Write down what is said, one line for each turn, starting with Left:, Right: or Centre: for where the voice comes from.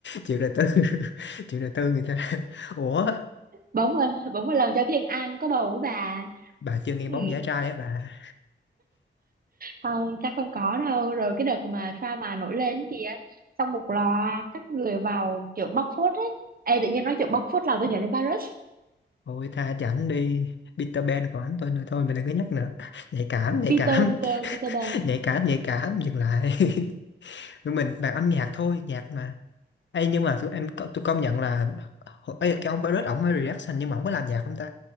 Left: chuyện đời tư <laughs> chuyện đời tư người ta ủa
Right: bỗng một, bỗng một lần cho Thiên An có bầu với bà
Left: bà chưa nghe
Right: ừ.
Left: bóng giả trai á bà
Right: không chắc không có đâu rồi cái đợt mà drama nổi lên kìa xong một loạt các người vào kiểu bóc phốt ấy Ê, tự nhiên nói chuyện bóc phốt làm tôi nhớ đến virus
Left: Thôi tha cho ảnh đi Peter Pan của ảnh thôi nữa thôi mình đừng có nhắc nữa <laughs> nhạy cảm nhạy
Right: Peter
Left: cảm
Right: Peter Peter Pan
Left: <laughs> nhạy cảm nhạy cảm dừng lại <laughs> tụi mình bàn âm nhạc thôi nhạc mà Ê nhưng mà tụi em tôi công nhận là Ê, cái ông Virus ổng mới reaction nhưng mà ổng có làm nhạc không ta